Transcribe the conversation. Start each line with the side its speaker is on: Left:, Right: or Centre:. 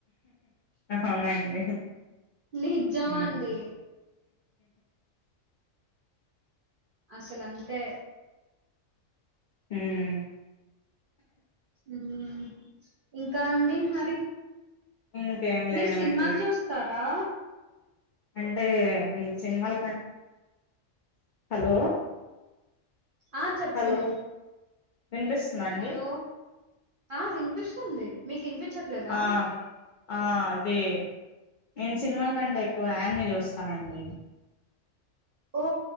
Left: ఆహా అవునండి
Right: నిజం
Left: ఉమ్
Right: అండి అసలు అంతే
Left: ఉమ్
Right: ఉమ్ ఇంకా అండి మరి
Left: ఇంకేం
Right: మీరు
Left: లేవండి
Right: సినిమాలు చూస్తారా
Left: అంటే సినిమాలకి ఆన్ హలో
Right: ఆ చెప్పండి
Left: హలో వినిపిస్తుందా అండి
Right: హలో ఆ వినిపిస్తుంది మీకు వినిపించట్లేదా
Left: ఆ ఆ అదే నేను సినిమాల కంటే ఎక్కువ ఆనిమి చూస్తానండి
Right: ఓ